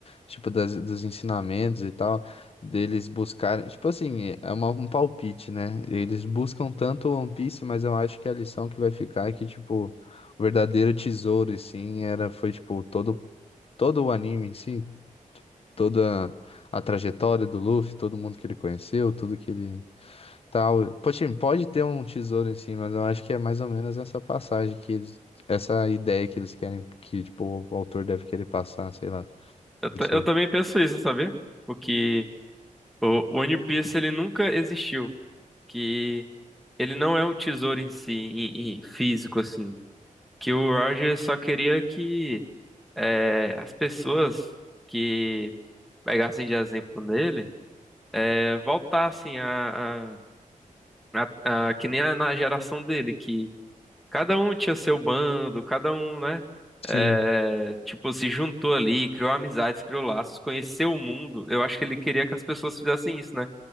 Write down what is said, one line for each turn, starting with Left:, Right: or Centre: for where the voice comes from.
Left: tipo, das, dos ensinamentos e tal, deles buscarem, tipo assim, é uma- um palpite, né? Eles buscam tanto o One Piece, mas eu acho que a lição que vai ficar é que, tipo, o verdadeiro tesouro, e sim, era, foi, tipo, todo, todo o anime em si. toda a trajetória do Luffy, todo mundo que ele conheceu, tudo que ele tal. Pode, pode ter um tesouro em si, mas eu acho que é mais ou menos essa passagem que eles, essa ideia que eles querem que tipo o autor deve querer passar, sei lá,
Centre: Eu, ta-
Left: não sei.
Centre: eu também penso isso, sabia? Porque o o One Piece ele nunca existiu. Que ele não é o tesouro em si, em, em físico, assim. Que o Roger só queria que. é, as pessoas que pegassem de exemplo nele é, voltassem a, a- a- a- que nem a- na geração dele, que cada um tinha seu bando, cada um, né?
Left: Sim,
Centre: é, tipo, se juntou ali, criou amizades, criou laços, conheceu o mundo. Eu acho que ele queria que as pessoas fizessem isso, né?